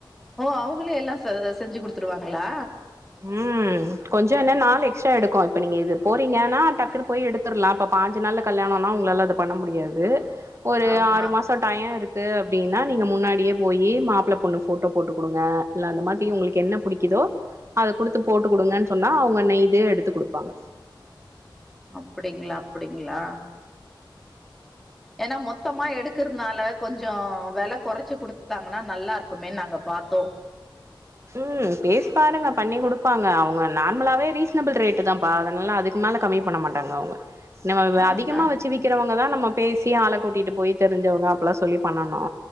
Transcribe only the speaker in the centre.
ஓ அவுங்களே எல்லா செஞ்சி குடுத்துருவாங்களா
ஆமா
அப்பிடிங்களா அப்பிடிங்களா ஏன்னா மொத்தமா எடுக்கறனால கொஞ்சோ வெல குறைச்சு குடுத்தாங்கன்னா நல்லா இருக்குமேன்னு நாங்க பாத்தோ
ஆஹா